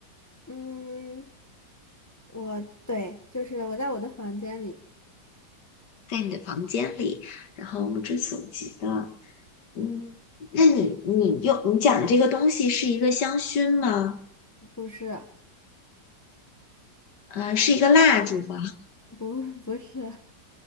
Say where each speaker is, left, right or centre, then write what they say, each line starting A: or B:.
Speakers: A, on the left (about 20°); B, on the left (about 65°).
A: 嗯，我对，就是我在我的房间里，
B: 在你的房间里，然后目之所及的，嗯，那你你用你讲的这个东西是一个香薰吗？
A: 不是，
B: 呃，是一个蜡烛吗？
A: 不，不是，